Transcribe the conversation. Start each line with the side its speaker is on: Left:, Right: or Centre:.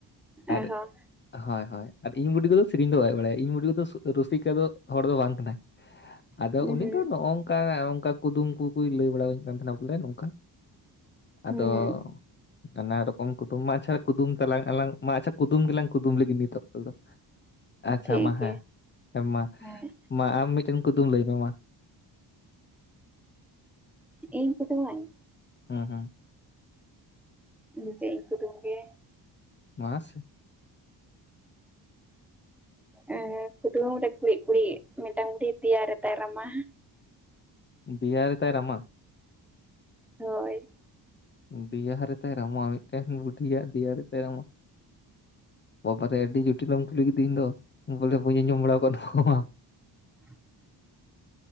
Left: ᱟᱨ
Centre: ᱟᱨᱦᱚᱸ
Left: ᱦᱳᱭ ᱦᱳᱭ ᱟᱨ ᱤᱧ ᱵᱩᱰᱤᱜᱚᱫᱚ ᱥᱮᱨᱮᱧ ᱫᱚ ᱵᱟᱭ ᱵᱟᱲᱟᱭᱟ ᱤᱧ ᱵᱩᱰᱤᱜᱚᱫᱚ ᱨᱩᱥᱤᱠᱟ ᱫᱚ ᱦᱚᱲ ᱫᱚ ᱵᱟᱝ ᱠᱟᱱᱟᱭ᱾
Centre: <inaudible>
Left: ᱟᱫᱚ
Centre: ᱦᱩᱸ
Left: ᱩᱱᱤ ᱫᱚ ᱱᱚᱜᱼᱚ ᱱᱚᱝᱠᱟ ᱠᱩᱫᱩᱢ ᱠᱚᱠᱚᱭ ᱞᱟᱹᱭ ᱵᱟᱲᱟᱹᱧ ᱠᱟᱱ ᱛᱟᱦᱮᱱᱟ ᱵᱚᱞᱮ ᱱᱚᱝᱠᱟ᱾
Centre: ᱦᱩᱸ
Left: ᱟᱫᱚ ᱱᱟᱱᱟ ᱨᱚᱠᱚᱢ ᱠᱩᱫᱩᱢ ᱢᱟ ᱟᱪᱪᱷᱟ ᱠᱩᱫᱩᱢ ᱛᱟᱞᱟᱝ ᱟᱞᱟᱝ᱾ ᱢᱟ ᱟᱪᱪᱷᱟ ᱠᱩᱫᱢ ᱜᱮᱞᱟᱝ ᱠᱩᱫᱩᱢ ᱞᱟᱹᱜᱤᱫ ᱱᱤᱛ ᱚᱠᱛᱚ ᱫᱚ᱾ ᱟᱪᱪᱷᱟ
Centre: ᱴᱷᱤᱠ
Left: ᱢᱟ
Centre: ᱜᱮᱭᱟ
Left: ᱦᱮᱸ ᱦᱮᱸ ᱢᱟ
Centre: ᱦᱮᱸ
Left: ᱢᱟ ᱟᱢ ᱢᱤᱫᱴᱮᱱ ᱠᱩᱫᱩᱢ ᱞᱟᱹᱭ ᱢᱮ ᱢᱟ᱾
Centre: ᱤᱧ ᱠᱩᱫᱩᱢ ᱟᱹᱧ
Left: ᱦᱮᱸ ᱦᱮᱸ
Centre: ᱤᱧ ᱫᱚ ᱪᱮᱫ ᱠᱩᱫᱩᱢ ᱜᱮ
Left: ᱢᱟ ᱥᱮ
Centre: ᱮᱸ ᱠᱩᱫᱩ ᱨᱮ ᱠᱩᱲᱤ ᱠᱩᱲᱤ ᱢᱤᱫᱴᱟᱝ ᱰᱟᱝᱨᱤ ᱯᱮᱭᱟ ᱨᱮᱛᱟᱭ ᱨᱟᱢᱟ?
Left: ᱫᱤᱭᱟ ᱨᱮᱛᱟᱭ ᱨᱟᱢᱟ᱾
Centre: ᱦᱳᱭ
Left: ᱫᱮᱤᱭᱟ ᱨᱮᱛᱟᱭ ᱨᱟᱢᱟ ᱢᱤᱫᱴᱮᱱ ᱵᱩᱰᱤᱭᱟᱜ ᱫᱮᱤᱭᱟᱨᱮ ᱛᱟᱭ ᱨᱚᱢᱟ᱾ ᱵᱟᱵᱟᱨᱮ ᱟᱹᱰᱤ ᱡᱚᱴᱤᱞ ᱮᱢ ᱠᱩᱞᱤ ᱠᱤᱫᱤᱧ ᱫᱚ ᱵᱚᱞᱮ ᱵᱟᱹᱧ ᱟᱸᱡᱚᱢ ᱵᱟᱲᱟ ᱟᱠᱟᱣᱫᱟ ᱱᱚᱣᱟ ᱢᱟ᱾
Centre: <unintelligible>